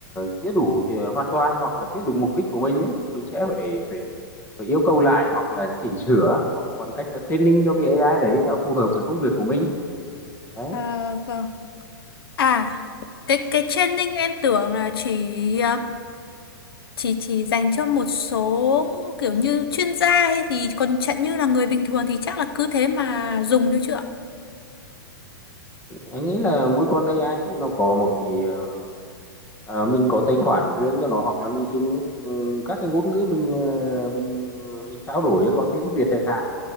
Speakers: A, on the left; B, on the left.
A: chưa đủ thì hoàn toàn hoặc là chưa đủ mục đích của mình ấy thì mình sẽ phải phải phải yêu cầu lại hoặc là chỉnh sửa hoặc bằng cách là training cho cái AI đấy nó phù hợp với công việc của mình đấy
B: À, vâng. À, cái cái training em tưởng là chỉ ờ, chỉ chỉ dành cho một số kiểu như chuyên gia hay gì còn chẳng như là người bình thường thì chắc là cứ thế mà dùng thôi chứ ạ.
A: anh nghĩ là mỗi con AI thì nó có một cái ờ, ờ, mình có tài khoản riêng cho nó hoặc là mình dùng ừ, các cái ngôn ngữ mình ờ, mình mình trao đổi bằng tiếng Việt chẳng hạn